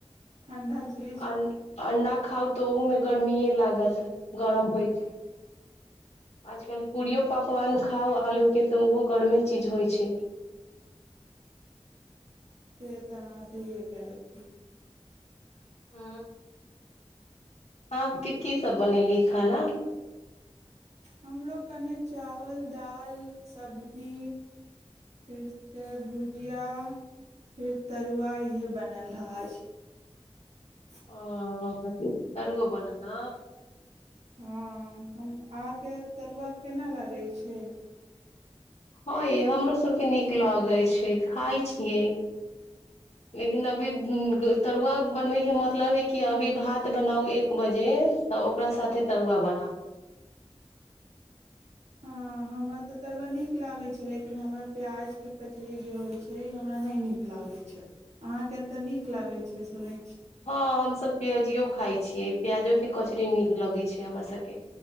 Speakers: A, on the right (about 85°); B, on the left (about 75°).
A: ठण्ढा चीज
B: अ अडाक खाउ तऽ ओमे गरम लागत गरम होइ छै आजकल पूियो पकवान खाउ आलूके तऽ ओहो ग चीज होइ छै
A: से तऽ अहाँ सहिए कहै छी
B: ह आाँके कीसभ बनेलियै खाना
A: हमरो कने चावल दालि सबजी फेरसँ भुजिया फेर तरुआ इएह बनल अछि अछि
B: हं ओ तरुओ बनल न
A: हँ हम अहाँके तरुआ केना लागै छै
B: हँ य हमरो सभके नीक लगै छै खाइ छियै लेकिन अभी तरुआ बनबैके मतलब हइ कि अभी भात बनाउ एक बजे तऽ ओकरा साथे तरुआ बनाउ
A: हँ हमरा तऽ तरुआ नीक लागैत छै लेकिन हमरा प्याजके कचरी जे होइत छै ई हमरा नहि नीक लागैत छै अहाँकेँ तय नीक लागैत छै सुनैत
B: हँ हमसभ प्यजियो खाइ छियै प्याजोके कचरी नीक लगैत छै हमर सभके